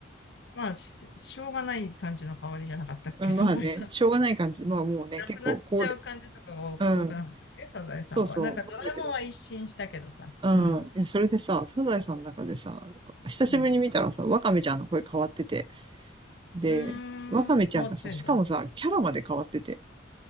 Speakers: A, on the left (about 60°); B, on the right (about 25°).
A: まあ、し、しょうがない感じの香りじゃなかったっけ、
B: うん、
A: サザエさん。
B: まあね、しょうがない感じ。まあもうね、
A: なくなっちゃう感じとかが多多くなかったっけ、
B: 結構高齢、うん、
A: サザエさんは。
B: そうそう、
A: なんかドラえもんは一新したけどさ。
B: なんだけど、うん、
A: うん。
B: いや、それでさ、サザエさんの中でさ、久しぶりに見たらさ、
A: うん。
B: ワカメちゃんの声変わってて、で、
A: うーん、
B: ワカメちゃんがさ、
A: 変わってんだ。
B: しかもさ、キャラまで変わってて、